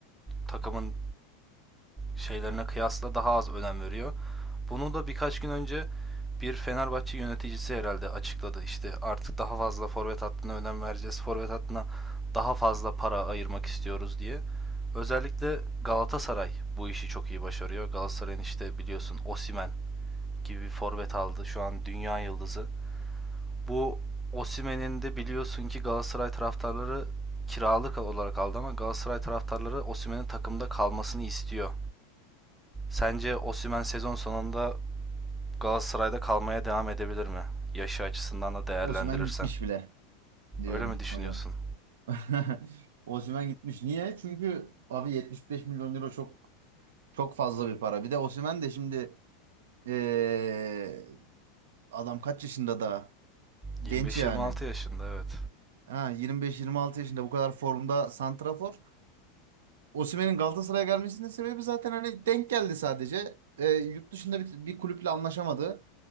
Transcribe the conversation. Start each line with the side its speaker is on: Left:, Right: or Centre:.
Centre: takımın şeylerine kıyasla daha az önem veriyor. Bunu da birkaç gün önce bir Fenerbahçe yöneticisi herhalde açıkladı. İşte artık daha fazla forvet hattına önem vereceğiz. Forvet hattına daha fazla para ayırmak istiyoruz diye. Özellikle Galatasaray bu işi çok iyi başarıyor. Galatasaray'ın işte biliyorsun Osimen gibi bir forvet aldı. Şu an dünya yıldızı. Bu Osimen'in de biliyorsun ki Galatasaray taraftarları kiralık olarak aldı ama Galatasaray taraftarları Osimhen'in takımda kalmasını istiyor. Sence Osimhen sezon sonunda Galatasaray'da kalmaya devam edebilir mi? Yaşı açısından da değerlendirirsen.
Right: Osimhen gitmiş bile diyorum
Centre: Öyle mi düşünüyorsun?
Right: hocam. <laughs> Osimhen gitmiş. Niye? Çünkü abi 75 milyon euro çok çok fazla bir para. Bir de Osimhen de şimdi eee, adam kaç yaşında da genç
Centre: 25-26
Right: yani.
Centre: yaşında evet.
Right: Ha 25-26 yaşında bu kadar formda santrafor. Osimhen'in Galatasaray'a gelmesinin sebebi zaten hani denk geldi sadece. Eee, yurt dışında bir, bir kulüple anlaşamadı.